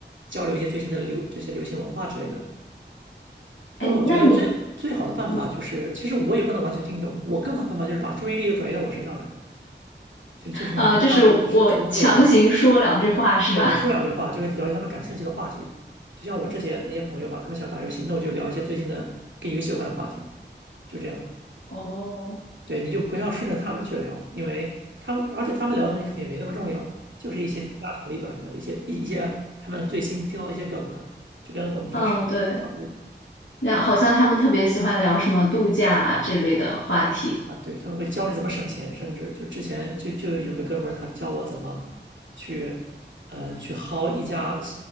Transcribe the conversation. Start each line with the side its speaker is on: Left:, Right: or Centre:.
Right: 交流一些最新的流这些流行文化之类的。
Left: <laughs>
Right: 那我觉得最最好的办法就是，
Left: 哎，那你，你
Right: 其实我也不能完全听懂，我更好的办法就是把注意力都转移到我身上来。对，就是你跟他就主动去聊，
Left: 呃，就是我强行说两句话是吧？
Right: 对，你说两句话，就是聊一些他们感兴趣的话题。就像我之前那些朋友吧，他们想打游戏，那我就聊一些最近的跟游戏有关的话题，就这样。
Left: <laughs> 哦，
Right: 对，你就不要顺着他们去聊，因为他们，而且他们聊的东西肯定也没那么重要，就是一些家长里短的一些一一些他们最新听到的一些梗的，就跟我们平时差不多。
Left: 嗯，对，那好像他们特别喜欢聊什么度假啊这类的话题。
Right: 啊，对，他们会教你怎么省钱，甚至就之前就就有个哥们儿，他教我怎么去，嗯，去薅一家